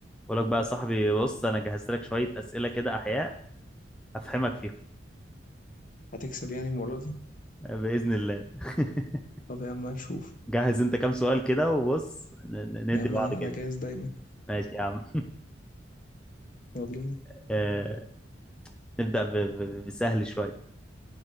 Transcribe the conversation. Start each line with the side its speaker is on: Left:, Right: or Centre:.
Centre: بقول لك بقى يا صاحبي بص انا جهزت لك شويه اسئله كده احياء افهمك فيهم
Left: هتكسب يعني المرة دي
Centre: باذن الله <laughs>
Left: طب يا عم نشوف
Centre: جهز انت كام سؤال كده وبص ن- ن-
Left: يا
Centre: ندي
Left: عم
Centre: بعض
Left: انا انا
Centre: كده
Left: جاهز دايما
Centre: ماشي يا عم
Left: يلا بينا
Centre: <laughs> آه، نبدا ب- ب- بسهل شويه